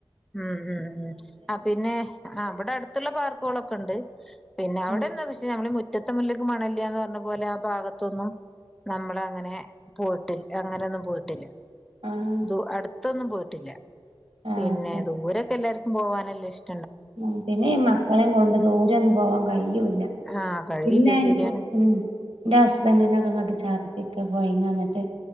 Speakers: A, in the centre; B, on the right.
A: ഉം ഉം ഉം ആ പിന്നെ ആ അവിടെ അടുത്തുള്ള പാർക്കുകളൊക്കെ ഉണ്ട് പിന്നെ അവിടെന്ന്
B: ആഹ്
A: പക്ഷെ നമ്മ മുറ്റത്തെ മുല്ലക്ക് മണ ഇല്ലാന്ന് പറഞ്ഞ പോലെ ആ ഭാഗത്തൊന്നും നമ്മള് അങ്ങനെ പോയിട്ടില്ല അങ്ങനെയൊന്നും പോയിട്ടില്ല.
B: ആഹ്
A: ദു അടു ത്തൊന്നും പോയിട്ടില്ല
B: ആഹ്
A: പിന്നെ ദൂരൊക്കെല്ലാർ പോവാനല്ല ഇഷ്
B: ആ പിന്നെ മക്കളെയും കൊണ്ട് ദൂരൊന്നും പോവാൻ കഴിയൂല്ല
A: ആഹ് കഴിയില്ലേ
B: പിന്നെ
A: ശരിയാണ്
B: ഉം എന്റെ ഹസ്ബന്റിനൊക്കെങ്ങട്ട് ചർദി ഒക്കെ പോയിങ്ങ ന്നട്ട്